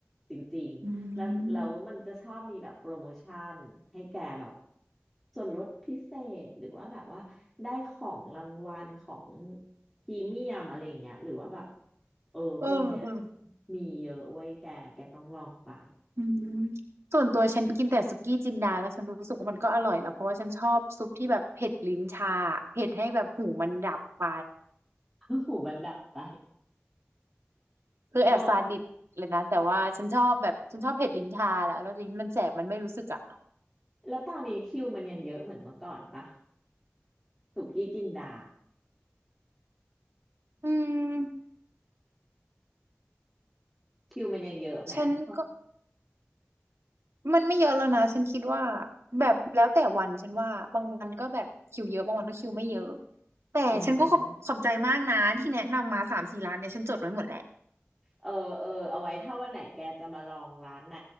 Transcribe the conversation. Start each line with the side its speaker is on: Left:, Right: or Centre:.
Centre: จริงๆแล้วแล้วมันจะชอบมีแบบโปรโมชั่นให้แกแบบ
Right: อืม
Centre: ส่วนลดพิเศษหรือว่าแบบว่าได้ของรางวัลของพรีเมียมอะไรอย่างเงี้ยหรือว่าแบบเออพ
Right: เออเออ
Centre: <laughs> วกเนี้ยมีเยอะเว้ยแกแกต้องลองไป
Right: อืมส่วนตัวฉันกินแต่สุกี้จินดาแล้วฉันรู้สึกว่ามันก็อร่อยแล้วเพราะว่าฉันชอบซุปที่แบบเผ็ดลิ้นชาเผ็ดให้แบบหูมันดับไป
Centre: <laughs> หูมันดับไป
Right: คือแอบซาดิสเลยนะแต่ว่าฉันชอบแบบฉันชอบเผ็ดลิ้นชาแหละแล้วลิ้นมันแสบมันไม่รู้สึกอ่ะ
Centre: แล้วแล้วตอนนี้คิวมันยังเยอะเหมือนเมื่อก่อนปะ สุกี้จินดา
Right: อืม
Centre: คิวมันยังเยอะไหมเพราะ
Right: ฉันก็มันไม่เยอะแล้วนะฉันคิดว่าแบบแล้วแต่วันฉันว่าบางวันก็แบบคิวเยอะบางวันก็คิวไม่เยอะแต่ฉันก็ขอบขอบใจมากนะที่แนะนำมาสามสี่ร้านเนี่ยฉันจดไว้หมดแล้ว
Centre: อืมเออเออเอาไว้ถ้าวันไหนแกจะมาลองร้านไหน